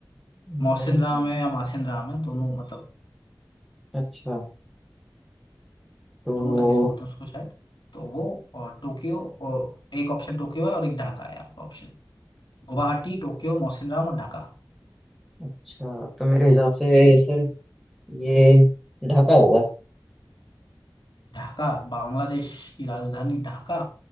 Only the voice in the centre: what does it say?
मैंने
सुना
अच्छा तो
अच्छा तो मेरे हिसाब से सर ये ढाका होगा